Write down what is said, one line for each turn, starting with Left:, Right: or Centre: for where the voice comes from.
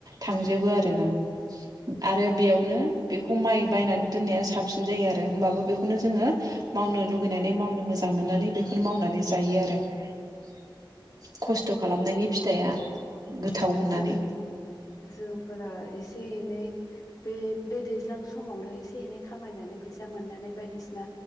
Right: थांजोबो आरोना। आरो बेयावनो बे हमाय बायनानै दोननाया साबसिन जायो आरो होमबाबो बेखौ खौनो जोङो मावनो लुगैनानै मावनो मोजां मोननानै बे फोर मावनानै जायो आरो। <inaudible> खस्थ' खालामनायनि फिथाइया गोथाव होननानै
Left: जों जोंफोरा एसे एनै बे बे दै दैज्लां समावनो एसे एनै खामायनानै फैसा मोननानै बायदिसिना